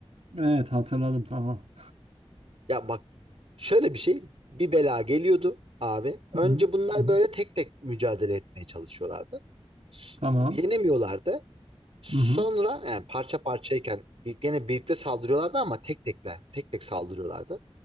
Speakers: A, on the right; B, on the right.
A: Evet hatırladım tamam.
B: Ya bak şöyle bir şey. Bir bela geliyordu abi. Önce
A: Hı hı.
B: bunlar
A: Hı hı.
B: böyle tek tek mücadele etmeye çalışıyorlardı. S-
A: Tamam.
B: Yenemiyorlardı. Sonra
A: Hı hı.
B: yani parça parçayken bir- gene birlikte saldırıyorlardı ama tek tekler, tek tek saldırıyorlardı.